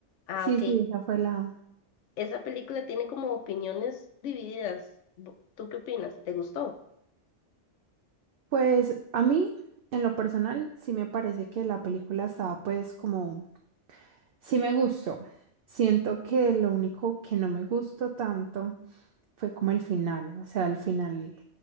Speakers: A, on the left; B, on the right.
A: Ah,
B: sí,
A: ok.
B: sí, esa fue la...
A: Esa película tiene como opiniones divididas. Vo- ¿Tú qué opinas? ¿Te gustó?
B: Pues a mí, en lo personal, sí me parece que la película estaba pues como, sí me gustó. Siento que lo único que no me gustó tanto fue como el final, o sea, el final